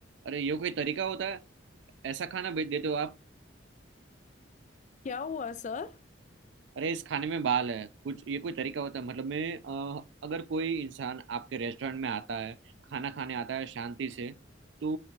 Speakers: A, on the right; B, on the left.
A: अरे ये कोई तरीका होता है ऐसा खाना भेज देते हो आप
B: क्या हुआ सर
A: अरे इस खाने में बाल है कुछ ये कोई तरीका होता है मतलब मैं अ, अगर कोई इंसान आपके रेस्टोरेंट में आता है खाना खाने आता है शांति से तो